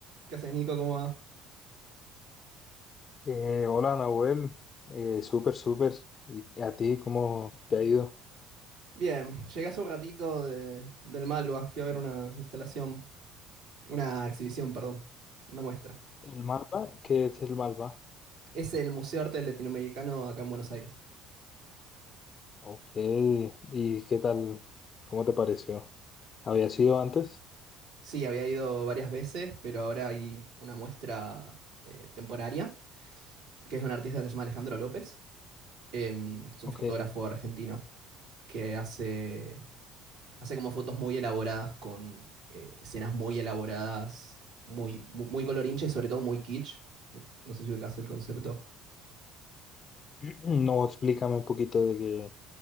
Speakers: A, on the right (about 75°); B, on the left (about 45°).
A: ¿Qué haces, Nico? ¿Cómo va?
B: Eh, hola, Nahuel. Eh, súper, súper. ¿Y a ti cómo te ha ido?
A: Bien, llegué hace un ratito de- del Malva. Fui a ver una instalación, una exhibición, perdón, una muestra.
B: ¿El Malva? ¿Qué es el Malva?
A: Es el Museo de Arte Latinoamericano acá en Buenos Aires.
B: Ok. ¿Y qué tal? ¿Cómo te pareció? ¿Había sido antes?
A: Sí, había ido varias veces, pero ahora hay una muestra eh, temporaria, que es de un artista que se llama Alejandro López. Em, es un
B: Ok.
A: fotógrafo argentino que hace, hace como fotos muy elaboradas con eh, escenas muy elaboradas, muy, muy, muy colorincha y sobre todo muy kitsch. No, no sé si ubicás el concepto.
B: <clears throat> No, explícame un poquito de qué,